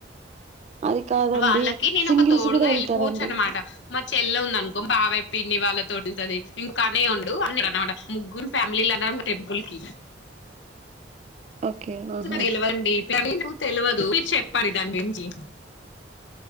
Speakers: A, on the right; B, on the left.
A: అది కాదండి
B: వాళ్ళకి నేను
A: సింగిల్స్
B: ఒక తోడుగా
A: కూడా వెళ్తారండి
B: వెళ్ళిపోవచ్చు అనమాట మా చెల్ల ఉంద అనుకో బాబయ పిడి వాళ్ళ తోడు ది ఇంకా అనే ఉండు అన్ని అమాట ముగ్గురు ఫ్యామిలీలు అన్నారు టెంపుల్ కి
A: ఓకే ఆహా
B: తెలవండి <unintelligible> తెలవద మీరు చెప్పారు దాని మించి